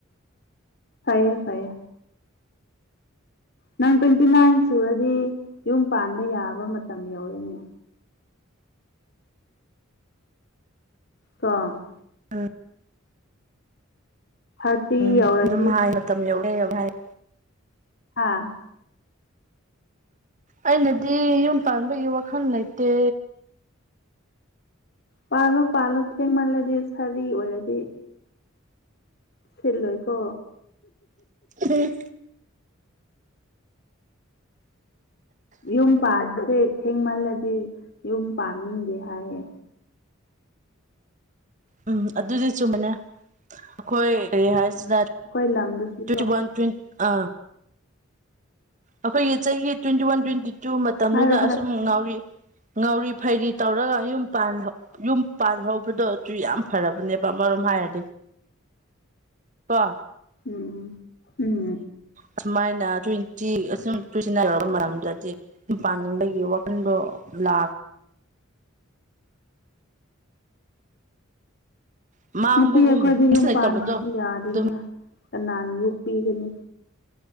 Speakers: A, on the left (about 50°); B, on the right (about 35°).
A: ꯐꯥꯏꯌꯦ ꯐꯥꯏꯌꯦ ꯅꯪ ꯇ꯭ꯋꯦꯟꯇꯤ ꯅꯥꯏꯟ ꯁꯨꯔꯗꯤ ꯌꯨꯝ ꯄꯥꯟꯕ ꯌꯥꯕ ꯃꯇꯝ ꯌꯧꯔꯦꯅꯦ ꯑ
B: ꯑꯥ
A: ꯊꯥꯔꯇꯤ
B: ꯎꯝ
A: ꯌꯧꯔꯗꯤ
B: ꯑꯗꯨꯝ ꯍꯥꯏ ꯃꯇꯝ ꯌꯧꯔꯦ ꯌꯧ ꯍꯥꯏꯥꯏ
A: ꯍꯥꯥ
B: ꯑꯩꯅꯗꯤ ꯌꯨꯝ ꯄꯥꯟꯕꯒꯤ ꯋꯥꯈꯜ ꯂꯩꯇꯦ
A: ꯄꯥꯜꯂꯣ ꯄꯥꯜꯂꯣ ꯊꯦꯡꯃꯜꯂꯗꯤ ꯁꯥꯔꯤ ꯑꯣꯏꯔꯗꯤ ꯁꯤꯜꯂꯣꯏꯀꯣ
B: ꯑ
A: ꯌꯨꯝ ꯄꯥꯕꯁꯦ ꯊꯦꯡꯃꯜꯂꯗꯤ ꯌꯨꯝ ꯄꯥꯟꯅꯤꯡꯗꯦ ꯍꯥꯏꯌꯦ
B: ꯎꯝ ꯑꯗꯨꯗꯤ ꯆꯨꯝꯃꯅꯦ ꯑꯩꯈꯣꯏꯁꯤ
A: ꯑꯩꯈꯣꯏ ꯂꯝꯗꯁꯨꯀꯣ
B: ꯇ꯭ꯋꯦꯟꯇꯤ ꯋꯥꯟ ꯇ꯭ꯋ ꯑ ꯑꯩꯈꯣꯏꯒꯤ ꯆꯍꯤꯒꯤ ꯇ꯭ꯋꯦꯟꯇꯤ ꯋꯥꯟ ꯇ꯭ꯋꯦꯟꯇꯤ ꯇꯨ ꯃꯇꯝꯗꯨꯗ
A: ꯍꯥꯏꯔꯣ ꯍꯥꯏꯔꯣ
B: ꯑꯁꯨꯝ ꯉꯥꯎꯔꯤ ꯉꯧꯔꯤ ꯐꯩꯔꯤ ꯇꯧꯔꯒ ꯌꯨꯝ ꯌꯨꯝ ꯄꯥꯟꯍꯧꯕꯗꯣ ꯑꯗꯨ ꯌꯥꯝ ꯐꯔꯕꯅꯦꯕ ꯃꯔꯣꯝ ꯍꯥꯏꯔꯗꯤ ꯀ
A: ꯎꯝ ꯎꯝ
B: ꯑꯁꯨꯃꯥꯏꯅ ꯇ꯭ꯋꯦꯟꯇꯤ ꯑꯁ ꯇ꯭ꯋꯦꯟꯇꯤ ꯅꯥꯏꯟ ꯌꯔꯛꯄ ꯃꯔꯝꯗꯗꯤ ꯁꯨꯝ ꯄꯥꯅꯤꯡꯕꯒꯤ ꯋꯥꯈꯟꯗꯣ ꯂꯥꯛꯈ ꯃꯥꯡꯕꯒꯨꯝ
A: ꯅꯨꯄꯤ ꯑꯩꯈꯣꯏꯗ ꯌꯨꯝ
B: ꯂꯩꯇꯕꯗꯣ
A: ꯄꯥꯟꯕꯁꯨ ꯌꯥꯗꯦꯗꯅ
B: ꯑꯗꯨꯝ
A: ꯀꯅꯥꯅ ꯌꯣꯛꯄꯤꯒꯅꯤ